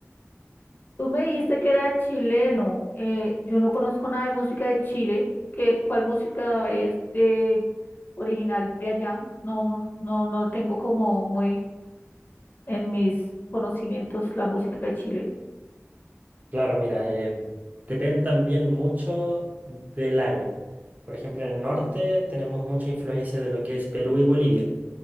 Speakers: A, on the left; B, on the right.
A: Tú me dijiste que era chileno. eh, yo no conozco nada de música de Chile. ¿Qué, cuál música es de original de allá? No, no, no, no tengo como muy en mis conocimientos la música de Chile.
B: Claro, mira, eh, depende también mucho del área. Por ejemplo, en el norte tenemos mucha influencia de lo que es Perú y Bolivia